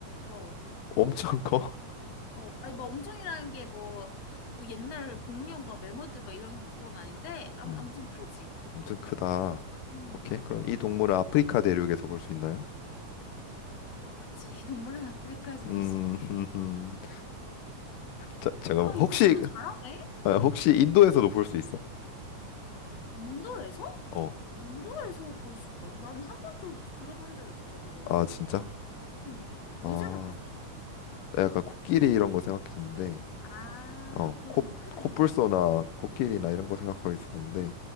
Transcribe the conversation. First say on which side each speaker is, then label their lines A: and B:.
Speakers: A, on the left; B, on the left.
A: 어,
B: 엄청 커?
A: 어. 아니, 막 엄청이라는 게 뭐, 뭐 옛날 공룡, 막 매머드, 막 이런 건 아닌데, 암,
B: 음,
A: 아무튼 크지.
B: 엄청 크다.
A: 음.
B: 오케이. 그럼 이 동물은 아프리카 대륙에서 볼 수 있나요?
A: 아, 어, 그치. 이 동물은 아프리카에서
B: 음,
A: 볼 수 있지.
B: <laughs> 자, 잠깐만.
A: 아,
B: 혹시,
A: 얘 질문 잘하네.
B: 아, 혹시 인도에서도 볼 수 있어?
A: 인도에서?
B: 어.
A: 인도에서 볼 수 있다고? 난 한 번도 드- 들어본 적이 없어, 그거는.
B: 아, 진짜?
A: 응. 뭐
B: 아,
A: 생각했어?
B: 나 약간 코끼리 이런 거 생각했는데,
A: 아,
B: 어,
A: 아, 그러네.
B: 코,
A: 크네.
B: 코뿔소나 코끼리나 이런 거 생각하고 있었는데,